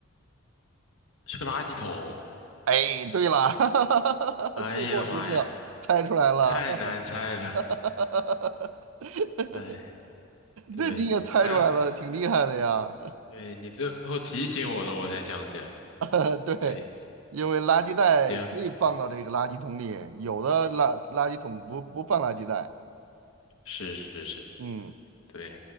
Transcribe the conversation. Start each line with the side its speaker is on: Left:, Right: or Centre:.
Left: 是个垃圾桶。
Right: 哎，对了，<laughs>
Left: 哎呀妈呀，
Right: 最后时刻猜出来了，
Left: 太难猜了。
Right: <laughs>
Left: 哎，对，
Right: 这你也猜出来了，
Left: 还、好，
Right: 挺厉害的呀。
Left: 对你最后提醒我了，我才想起来。
Right: <laughs> 对，
Left: 对，
Right: 因为垃圾袋可以放到这个垃圾桶里，
Left: 行，
Right: 有的垃垃圾桶不不放垃圾袋，
Left: 是是是，
Right: 嗯，
Left: 对，